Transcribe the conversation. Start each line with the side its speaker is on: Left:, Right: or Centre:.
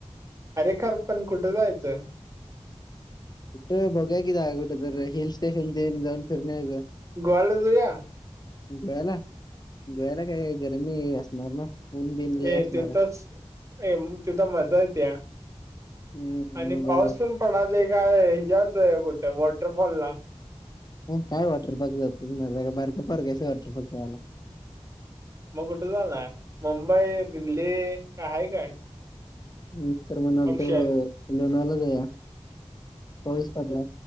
Right: अरे खर पण कुठं जायाचं?
Left: कुठे बघूया की जाऊया की कुठं तर हिल स्टेशन तेन जाऊन फिरुन यायचं.
Right: गोव्याला जाऊया?
Left: गोव्याला गोव्याला काय गरमी असणार ना. ऊन बिन लय
Right: ये
Left: असणार
Right: तिथंच
Left: आहे.
Right: ये तिथं मजा येत्या.
Left: हम्म
Right: आणि
Left: बरं
Right: पाऊस तेन पडाला काय <unintelligible> कुठं वॉटरफॉलला.
Left: ह काय वॉटर पार्क जातोस मर्दा, काय बारकं पोरगं हायस होय वॉटर पार्कला जायला?
Right: मग कुठं जाणार मुंबई दिल्ली काय आहे काय
Left: नाही तर म्हणालतो
Right: ऑप्शन
Left: लोनवाल्याला जाऊया, पाऊच पडलाय.